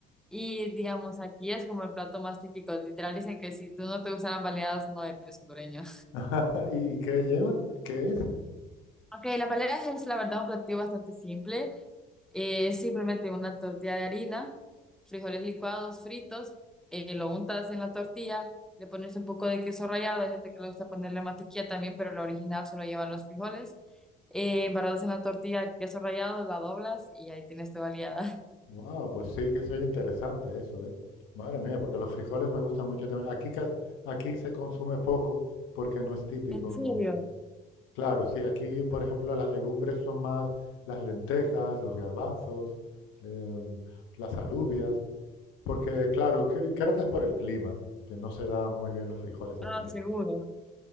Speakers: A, in the centre; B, on the left (about 80°).
A: y digamos, aquí es como el plato más típico. Literal dicen que si tú no te gustan las baleadas no eres hondureño.
B: <laughs> ¿Y, y qué lleva? ¿Qué es?
A: Ok, las baleadas es la verdad un platillo bastante simple. Eh, simplemente una tortilla de harina, frijoles licuados, fritos, eh, lo untas en la tortilla, le pones un poco de queso rallado, hay gente que le gusta ponerle mantequilla también, pero la original solo llevan los frijoles. Eh, embarrados en la tortilla, queso rallado, la doblas y ahí tienes tu baleada.
B: Wow, pues sí que soy interesante eso, ¿eh? Madre mía, porque los frijoles me gustan mucho también. Aquí, ca- aquí se consume poco porque no es típico,
A: <laughs> ¿En serio?
B: no. Claro, sí, aquí, por ejemplo, las legumbres son más las lentejas, los garbanzos, em, las alubias, porque, claro, cre- creo que es por el clima, que no se dan muy bien los frijoles
A: Ah,
B: aquí.
A: seguro.